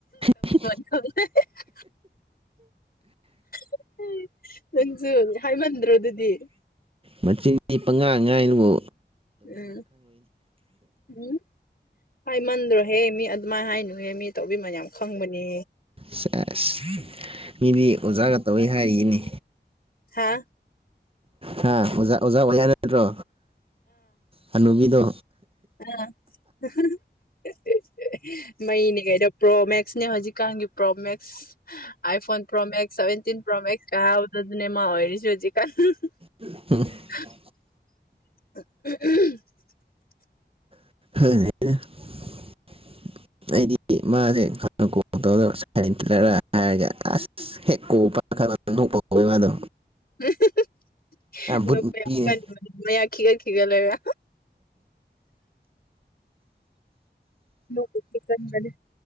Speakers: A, on the right; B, on the left.
A: ꯍꯤꯍꯤ
B: <unintelligible> <unintelligible> ꯅꯪꯖꯨ ꯍꯥꯏꯃꯟꯗ꯭ꯔꯣ ꯑꯗꯨꯗꯤ
A: ꯃꯆꯤꯟ ꯄꯉꯥꯡ ꯉꯥꯏꯂꯨ
B: ꯎꯝ ꯍꯨꯝ ꯍꯥꯏꯃꯟꯗꯔꯣ ꯍꯦ ꯃꯤ ꯑꯗꯨꯃꯥꯏ ꯍꯥꯏꯅꯨꯍꯦ ꯃꯤ ꯇꯧꯕꯤꯃꯟ ꯌꯥꯝ ꯈꯪꯕꯅꯦ
A: ꯁꯦꯁ ꯃꯤꯗꯤ ꯑꯣꯖꯥꯒ ꯇꯧꯋꯦ ꯍꯥꯏꯔꯤꯅꯦ
B: ꯍꯥ
A: ꯍꯥ ꯑꯣꯖꯥ ꯑꯣꯖꯥ ꯑꯣꯏ ꯍꯥꯏ ꯅꯠꯇ꯭ꯔꯣ ꯍꯅꯨꯕꯤꯗꯣ
B: ꯑꯥ <unintelligible> ꯃꯩꯅꯦ ꯀꯩꯅꯣ ꯄ꯭ꯔꯣ ꯃꯦꯛꯁꯅꯦ ꯍꯧꯖꯤꯛꯀꯥꯟꯒꯤ pro max iPhone pro max seventeen pro max ꯀꯥꯕꯗꯨꯅꯦ ꯃꯥ ꯑꯣꯏꯔꯤꯖꯦ ꯍꯧꯖꯤꯛꯀꯥꯟ <unintelligible>
A: <unintelligible>
B: <unintelligible>
A: <unintelligible> ꯑꯩꯗꯤ ꯃꯥꯖꯦ ꯍꯥꯟꯅ ꯀꯣꯜ ꯇꯧꯔꯒ ꯁꯥꯏ ꯂꯩꯇ꯭ꯔꯕ꯭ꯔꯥ ꯍꯥꯏꯔꯒ ꯑꯁ ꯍꯦꯛ ꯀꯣꯜ ꯄꯥꯏꯈꯠꯂꯛꯄꯒ ꯅꯣꯛꯄ ꯍꯧꯋꯦ ꯃꯥꯗꯣ
B: <unintelligible>
A: ꯕꯨꯠ
B: ꯅꯣꯛꯄ
A: ꯅꯨꯄꯤꯅꯦ
B: ꯌꯥꯝ ꯀꯟꯕꯅꯦ ꯃꯌꯥ ꯈꯤꯒꯠ ꯈꯤꯒꯠꯂꯒ ꯅꯣꯛꯄꯗꯤ ꯀꯟꯕꯅꯦ